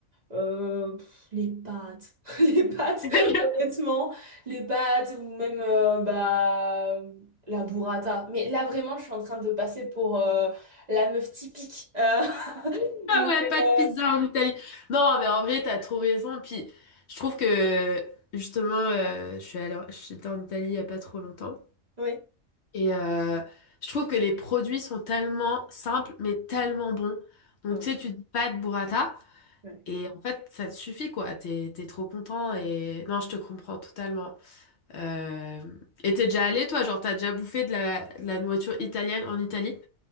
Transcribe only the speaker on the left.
<laughs>
Ah
ouais, pas de pizza
en Italie. Non, mais en vrai, t'as trop raison. Puis, je trouve que, justement, euh, je suis allée, en- j'étais en Italie il y a pas trop longtemps.
Et euh, je trouve que les produits sont tellement simples, mais tellement bons. Donc,
tu
sais, tu dis pas de burrata.
Et en fait, ça te suffit, quoi. T'es, t'es trop content et... Non, je te comprends totalement. Euh... Et t'es déjà allé, toi? Genre, t'as déjà bouffé de la, de la nourriture italienne en Italie?